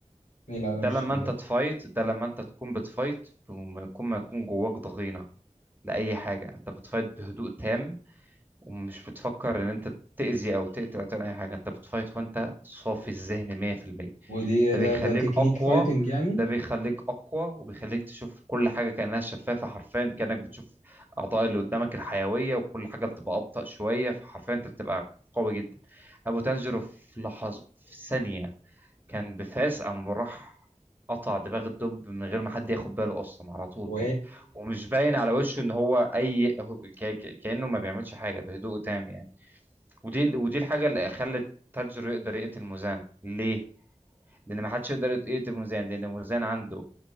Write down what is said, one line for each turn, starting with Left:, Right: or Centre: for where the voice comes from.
Left: ايه لا
Right: ده
Left: انا مش
Right: لما
Left: فاهم
Right: انت
Left: ده
Right: تفايت ده لما انت تكون بتفايت بما يكون ما يكون جواك ضغينه لاي حاجه انت بتفايت بهدوء تام ومش بتفكر ان انت تأذي او تقتل او تعمل اي حاجه انت بتفايت وانت صافي الذهن 100%
Left: ودي
Right: ده
Left: ده
Right: بيخليك
Left: ده تكنيك
Right: اقوى
Left: فايتنج يعني
Right: ده بيخليك اقوى وبيخليك تشوف كل حاجه كانها شفافه حرفيا كانك بتشوف اعضاء اللي قدامك الحيويه وكل حاجه بتبقى ابطأ شويه فحرفيا انت بتبقى قوي جدا ابو تنجرو في لحظه في ثانيه كان بفاس قام راح قطع دماغ الدب من غير ما حد ياخد باله اصلا على طول
Left: و
Right: كده ومش باين على وشه ان هو اي هو- ك... ك... كانه ما بيعملش حاجه بهدوء تام يعني ودي ودي الحاجه اللي خلت تاجر يقدر يقتل موزان ليه؟ لان ما حدش يقدر يقتل موزان لان موزان عنده